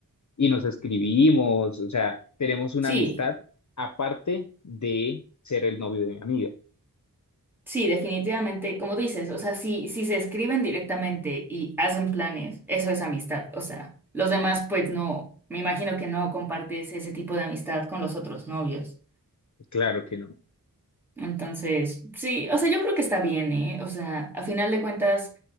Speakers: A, on the left; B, in the centre.
A: Y nos escribimos, o sea, tenemos una
B: sí,
A: amistad aparte de ser el novio de mi amiga.
B: sí, definitivamente, como dices, o sea, si, si se escriben directamente y hacen planes, eso es amistad, o sea, los demás pues no, me imagino que no compartes ese tipo de amistad con los otros novios.
A: Claro que no.
B: Entonces, sí, o sea, yo creo que está bien, ¿eh? O sea, a final de cuentas,